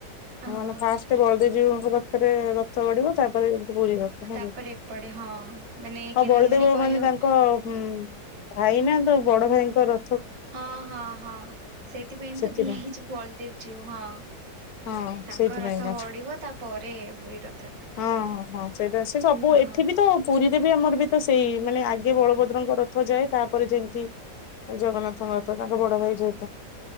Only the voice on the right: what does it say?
ହଉ
ତାପରେ
ଏପଟେ ହଁ ମାନେ
କହିବାକୁ
ହଁ ହଁ ହଁ ସେଇଥିପାଇଁ
ତ ଦିଆ ହେଇଚି ବଳଦେବଜୀଉ ହଁ।
ତାଙ୍କ
ରଥ ଗଡି଼ବ ତାପରେ ପୁରୀ ରଥଟା।
ହଁ